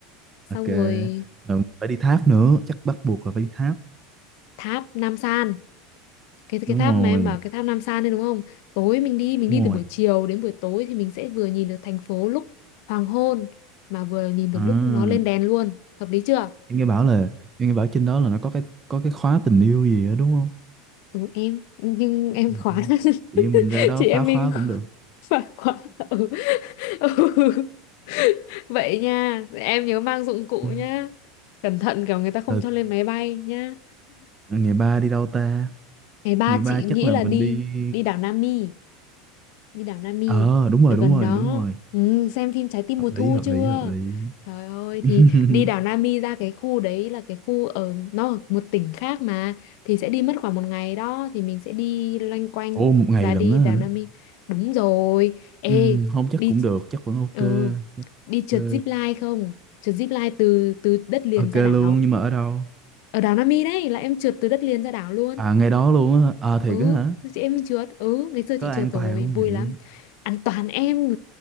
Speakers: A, on the left; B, on the right.
A: xong
B: ok
A: rồi
B: rồi phải đi tháp nữa chắc bắt buộc là phải đi tháp
A: tháp Nam San cái
B: đúng
A: cái tháp
B: rồi
A: mà em bảo cái tháp Nam San đấy đúng không tối mình đi mình
B: đúng
A: đi từ
B: rồi
A: buổi chiều đến buổi tối thì mình sẽ vừa nhìn được thành phố lúc hoàng hôn mà vừa nhìn được
B: à
A: lúc nó lên đèn luôn hợp lý chưa
B: em nghe bảo là em nghe bảo trên đó là nó có cái có cái khóa tình yêu gì đó đúng không
A: ừ em nhưng em
B: Ừ.
A: khóa <laughs>
B: chị em mình ra đó
A: chị
B: phá
A: em
B: khóa
A: mình
B: cũng được
A: <laughs> phải khóa ừ. ừ. vậy nha em nhớ mang dụng cụ
B: ừ.
A: nhá cẩn thận kiểu người ta không
B: rồi
A: cho lên máy bay nhá
B: à, ngày ba đi đâu ta
A: ngày ba
B: ngày ba
A: chị
B: chắc
A: nghĩ
B: là
A: là
B: mình
A: đi
B: đi
A: đi đảo Nam Mi đi đảo Nami
B: ờ đúng rồi
A: ở gần
B: đúng rồi
A: đó
B: đúng rồi
A: ừ, xem phim Trái tim
B: hợp
A: mùa thu
B: lý hợp
A: chưa
B: lý hợp lý
A: trời ơi
B: <laughs>
A: thì đi đảo Nami ra cái khu đấy là cái khu ở nó ở một tỉnh khác mà thì sẽ đi mất khoảng một ngày đó thì mình sẽ đi loanh quanh
B: ô một ngày
A: và
B: lận
A: đi
B: á
A: đảo
B: hả
A: Nami đúng rồi ê
B: ừ, không chắc
A: đi
B: cũng được chắc vẫn ok
A: ừ,
B: chắc
A: đi trượt
B: ok
A: zip line không trượt zip line từ từ đất liền
B: ok
A: ra
B: luôn
A: đảo
B: nhưng mà ở đâu
A: ở đảo Nami đấy là em trượt từ đất liền ra đảo luôn
B: à ngày đó luôn á hả? à thiệt
A: ừ
B: á hả
A: chị em mình trượt ừ ngày xưa
B: có
A: chị trượt
B: an
A: rồi
B: toàn không
A: vui
B: vậy
A: lắm ăn toàn em